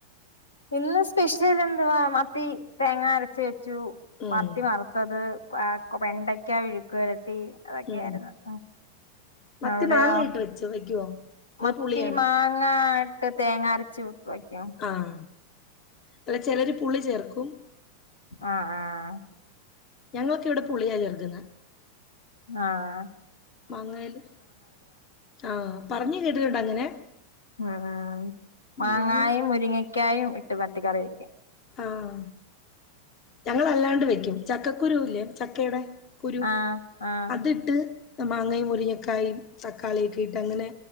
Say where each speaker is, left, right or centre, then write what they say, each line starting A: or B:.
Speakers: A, on the left; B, on the left.
A: ഇന്ന് സ്പെഷ്യൽ എന്തുവാ മത്തി തേങ്ങ അരച്ച് വെച്ചു
B: ഉം
A: മത്തി വറ് ത്തത് ആ വെണ്ടക്ക മെഴുക്കുപുരട്ടി അതൊക്കെയായിരുന്നു.
B: ഉം മത്തി
A: അവിടെയോ?
B: മാങ്ങ ഇട്ട് വെച്ചോ വെക്കുവോ അതോ
A: മത്തി
B: പുളിയാണോ
A: മാങ്ങായിട്ട് തേങ്ങ അരച്ച് വെക്കും
B: ആഹ അല്ല ചെലർ പുള്ളി ചേർക്കും.
A: ആഹ ആഹാ
B: ഞങ്ങളൊക്കെ ഇവിടെ പുള്ളിയാ ചേർക്ക്ന്നെ
A: ആഹ
B: മാങ്ങേല് ആഹ പറഞ്ഞില്ലേഇത് വരെണ്ട്അങ്ങനെ
A: ഹഹാ മാങ്ങായും
B: ഞങ്ങൾ
A: മുരിങ്ങക്കായും ഇട്ട് മത്തി കറി വെക്ക
B: ആഹ ഞങ്ങള് അല്ലാണ്ട് വെക്കും ചക്കക്കുരുല്ലേ ചക്കയുടെ കുരു
A: ആഹ് ആഹ്
B: അതിട്ട് മാങ്ങയും മുരിങ്ങക്കായും തക്കാളിയൊക്കിട്ട് അങ്ങനെ